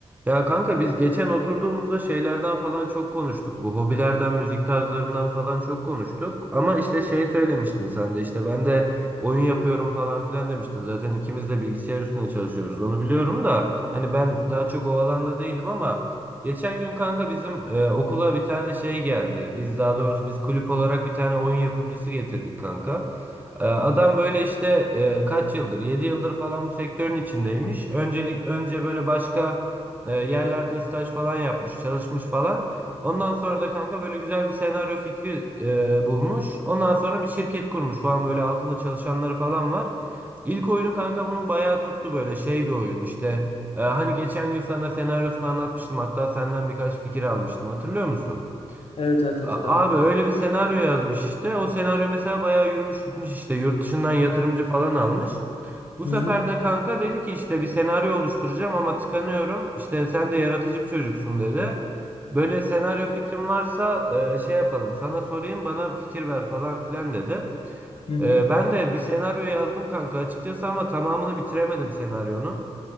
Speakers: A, on the right (about 15°); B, on the left (about 65°).
A: Ya kanka biz geçen oturduğumuzda şeylerden falan çok konuştuk. Bu hobilerden, müzik tarzlarından falan çok konuştuk. Ama işte şey söylemiştin sen de işte ben de oyun yapıyorum falan filan demiştin. Zaten ikimiz de bilgisayar üstüne çalışıyoruz. Onu biliyorum da hani ben
B: Evet
A: daha çok o alanda değilim ama geçen gün kanka bizim e, okula bir tane şey geldi. Biz daha doğrusu biz kulüp olarak bir tane oyun yapımcısı getirdik kanka. Ee, Adam böyle işte e, kaç yıldır 7 yıldır falan bu sektörün içindeymiş. Öncelik önce böyle başka e, yerlerde staj falan yapmış, çalışmış falan. Ondan sonra da kanka böyle güzel bir senaryo fikri e, bulmuş. Ondan sonra bir şirket kurmuş falan böyle altında çalışanları falan var. İlk oyunu kanka bunun bayağı tuttu böyle şey bir oyun işte. E, hani geçen gün sana senaryosunu anlatmıştım hatta senden birkaç fikir almıştım hatırlıyor musun?
B: evet hatırladım.
A: A- Abi öyle bir senaryo yazmış işte. O senaryo mesela bayağı yürümüş gitmiş işte. Yurt dışından yatırımcı falan almış. Bu
B: Hı
A: sefer
B: hı.
A: de kanka dedi ki işte bir senaryo oluşturacağım ama tıkanıyorum. İşte sen de yaratıcı bir çocuksun dedi. Böyle senaryo fikrim varsa e, şey yapalım. Sana sorayım bana fikir ver falan filan dedi.
B: Hı hı.
A: E, ben de bir senaryo yazdım kanka açıkçası ama tamamını bitiremedim senaryonun.